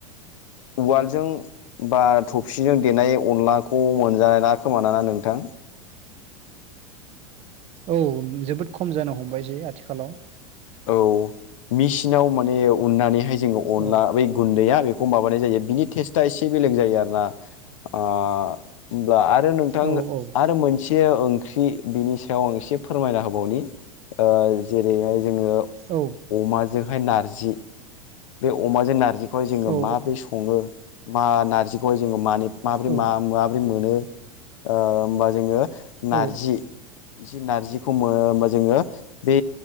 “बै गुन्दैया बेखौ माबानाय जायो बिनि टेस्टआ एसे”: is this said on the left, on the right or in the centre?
Left